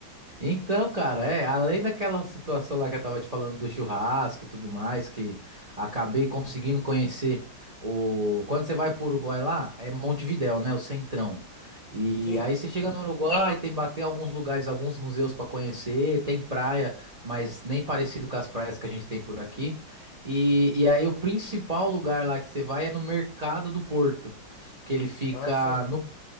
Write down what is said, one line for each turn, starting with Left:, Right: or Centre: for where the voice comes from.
Right: Então, cara, é, além daquela situação lá que eu tava te falando do churrasco e tudo mais, que acabei conseguindo conhecer o. Quando você vai pro Uruguai lá, é Montevidéu, né? O centrão. E
Left: Sim.
Right: aí você chega no Uruguai, tem bater alguns lugares, alguns museus pra conhecer, tem praia, mas nem parecido com as praias que a gente tem por aqui. E, e aí o principal lugar lá que você vai é no Mercado do Porto, que ele fica
Left: Ah, sim.
Right: no